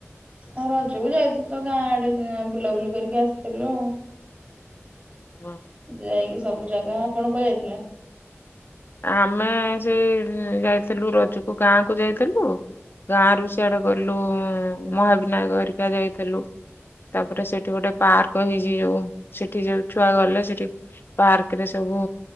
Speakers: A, on the right; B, on the left.
A: ଆଉ ରଜକୁ ଯାଇଥିଲୁ ତ ଗାଁ ଆଡେ ବୁଲାବୁଲି କରିକି ଆସିଥିଲୁ ଆଉ।
B: <inaudible>
A: ଯାଇକି ସବୁ ଜାଗା। ଆପଣ କୁଆଡେ ଯାଇଥିଲେ?
B: ଆମେ ସେଇ ଯାଇଥିଲୁ ରଜୁକୁ ଗାଁକୁ ଯାଇଥିଲୁ। ଗାଁ ରୁ ସିଆଡେ ଗଲୁ ମହାବିନାୟକ ହେରିକା ଯାଇଥିଲୁ। ତା ପରେ ସେଠି ଗୋଟେ ପାର୍କ ହେଇଛି ଯୋଉ, ସେଠି ଯୋଉ ଛୁଆ ଗଲେ ସେଠି ପାର୍କ ରେ ସବୁ